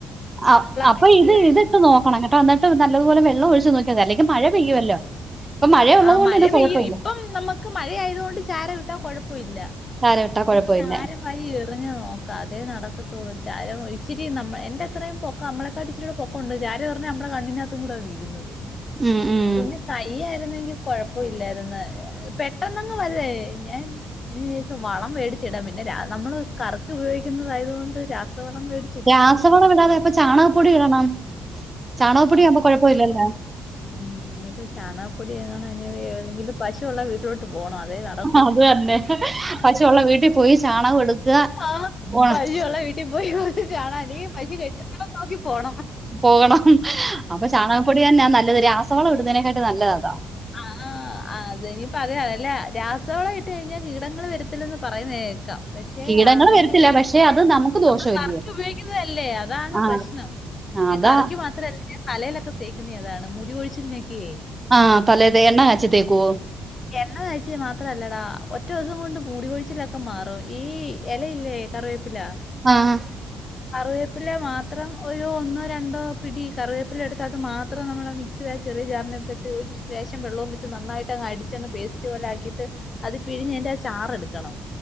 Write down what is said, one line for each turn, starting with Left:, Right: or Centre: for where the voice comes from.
Right: ആഹ് അപ്പോ
Left: കളറിലെ
Right: ഈ ഇത് ഇതിട്ട് നോക്കണംകേട്ടോ എന്നിട്ട് നല്ലതുപോലെ വെള്ളം ഒഴിച്ചു നോക്കിയാതി അല്ലെങ്കി മഴ പെയ്യുവല്ലോ ഇപ്പോ മഴയേ ഉള്ളതു
Left: ആ
Right: കൊണ്ട്
Left: മഴ
Right: പിന്ന
Left: പെയ്യും.
Right: കൊഴപ്പം ഇല്ല
Left: ഇപ്പം നമുക്ക് മഴ ആയതുകൊണ്ട് ചാരം ഇട്ടാ കൊഴപ്പ ഇല്ല
Right: ചാരം ഇട്ടാ കുഴപ്പമില്ല
Left: ഈ ചാരം വാരി എറിഞ്ഞ് നോക്കാ അതേ നടക്കത്തൊള്ളൂ ചാരം ഇച്ചിരി നമ്മെ എന്റെ അത്രേം പൊക്ക അമ്മളെക്കാട്ടി ഇച്ചിരൂട പൊ കൊണ്ട് ചാര് പറഞ്ഞാ ഞമ്മട കണ്ണിനാത്തും കൂട വീഴുന്നത്
Right: ഉം ഉം
Left: കുഞ്ഞ് തൈയ്യേ ട്ടുന്നങ്കി കൊഴപ്പ ഇല്ലാരുന്ന് പെട്ടെന്നങ്ങ് വല്തേ ഞാൻ ഇതിനേഷം വളം മേടിച്ചിടാം പിന്നെ രാ നമ്മള് കറ്ക്ക് ഉപയോക്കുന്നത് കൊണ്ട് രാസവളം മേടി
Right: രാസവളവിടാതെ ഇപ്പൊ ചാണകപ്പൊടി ഇടണം ചാണകപ്പൊടി ആമ്പോ കൊഴപ്പവില്ലല്ലാ
Left: ഉം ഇന്നിപ്പോ ചാണപ്പൊടിയങ്ങാണ് ഇനി വേവല്ലങ്കില് പശു ഒള്ള വീ ട്ടിലോട്ട് പോണം അതേ നടക്കു
Right: അത് തന്നെ പശുവുള്ള വീട്ടിൽ പോയി ചാണകം എടുക്കുക
Left: ആഹ്
Right: ഉണ-
Left: പൈയ്യൊള്ള വീട്ടി പോയി കൊറച്ച് ചാണം അല്ലെങ്കി പശു കെട്ടുന്നടം നോക്കി പോണം
Right: പോണം അപ്പോ ചാണകപ്പൊടി എന്നാ നല്ലത് രാസവളം ഇടുന്നേനക്കാട്ടി നല്ലത അതാ
Left: ആഹ് അതെ ഇനിപ്പം അതേ അല്ലല്ലാ രാസവളേ ഇട്ട് കഴിഞ്ഞാൽ കീടങ്ങള് വരുത്തില്ലെന്ന് പറയുന്നേക്കാം പക്ഷേ
Right: കീടങ്ങൾ
Left: അങ്ങനെ
Right: വരത്തില്ല
Left: ഇ
Right: പക്ഷെ അത് നമുക്ക്
Left: ഞമ്മള്
Right: ദോഷമില്ല
Left: കറക്ക് ഉപയോഗിക്കുന്നേ അല്ലേ അതാണ്
Right: ആ
Left: പ്രശ്നം
Right: അതാ
Left: കറിക്ക് മാത്രല്ല ഞാൻ തലേല് ഒക്കെ തേക്കുന്നേ അതാണ് മുടി കൊഴിച്ചിൽനക്കേ
Right: ആഹ് തലേത് എണ്ണ കാച്ചി തേക്കോ
Left: എണ്ണകാച്ചിയ മാത്ര അല്ലടാ ഒറ്റോസം കൊണ്ട് മൂടികൊഴിച്ചിലക്ക മാറും ഈ എലയില്ലേ കറിവേപ്പില
Right: ആഹ്
Left: കറിവേപ്പില മാത്രം ഒരു ഒന്നോ രണ്ടോ പിടി കറിവേപ്പില എടുത്ത് അത് മാത്രം നമ്മള മി സിലെ ആ ചെറിയ ജാറിനാത്തിട്ട് ഒരു ലേശം വെള്ളോം വിച്ച് നന്നായിട്ട് അങ്ങ് അടിച്ചങ്ങ് പേസ്റ്റ് പോലെ ആക്കീട്ട് അത് പിഴഞ്ഞ് ആയിന്റെ ആ ചാറ് എടുക്കണം